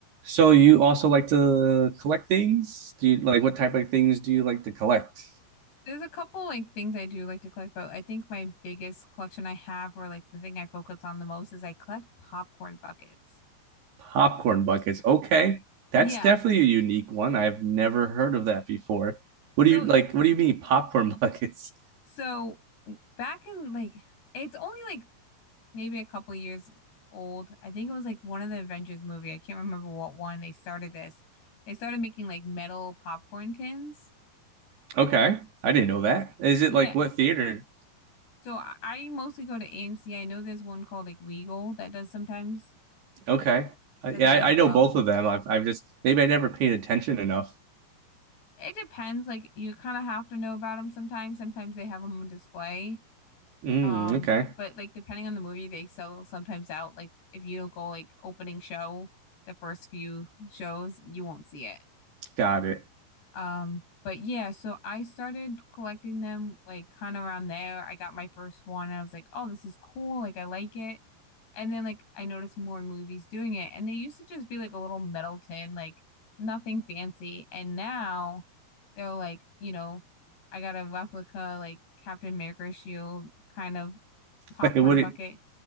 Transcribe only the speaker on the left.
There's a couple like things I do like to collect, but I think my biggest collection I have, or like the thing I focus on the most, is I collect popcorn buckets.
Yeah.
So
so back in like it's only like maybe a couple years old. I think it was like one of the Avengers movie. I can't remember what one they started this. They started making like metal popcorn tins.
Yeah.
So I, I mostly go to AMC. I know there's one called like Regal that does sometimes
does
it as
well.
It depends. Like you kind of have to know about them sometimes. Sometimes they have them on display.
Um,
but like depending on the movie, they sell sometimes out. Like if you don't go like opening show, the first few shows, you won't see it.
Um, but yeah, so I started collecting them like kind of around there. I got my first one and I was like, oh, this is cool. Like, I like it. And then like I noticed more movies doing it. And they used to just be like a little metal tin, like nothing fancy. And now they're like, you know, I got a replica like Captain America shield kind of popcorn
bucket.